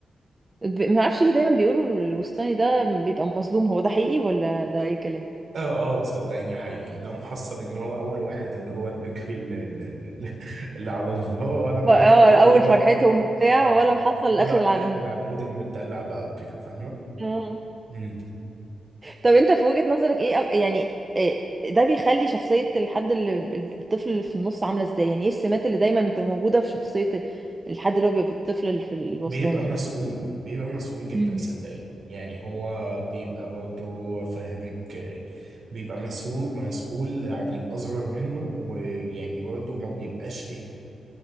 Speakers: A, on the right (about 15°); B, on the right (about 50°).
A: ب- ما اعرفش ليه دايما بيقولوا الوسطاني ده بيبقى مظلوم هو ده حقيقي ولا ده اي كلام
B: اه اه صدقيني حقيقي لا محصل ان هو اول واحد اللي هو البكري اللي, اللي, اللي اللي على الله <laughs> ولا
A: ب-
B: محصل
A: اه اول
B: ان هو
A: فرحتهم
B: ال-
A: بتاع
B: اه
A: ولا محصل
B: ولا
A: لاخر العنقود
B: احنا العنقود المدلع بقى وكده فاهمه
A: اه
B: مم.
A: طب انت في وجهة نظرك ايه أك- يعني إيه ده بيخلي شخصية الحد اللي الطفل اللي في النص عاملة ازاي يعني ايه السمات اللي دايما بتبقى موجودة في شخصية الحد اللي هو بيبقى الطفل اللي في الوسطاني
B: بيبقى
A: ده
B: مسؤول بيبقى مسؤول جدا
A: مم.
B: صدقيني يعني هو بيبقى برضه فاهمك آه، بيبقى مسؤول مسؤول عن الأصغر منه ويعني برضه ما بيبقاش إيه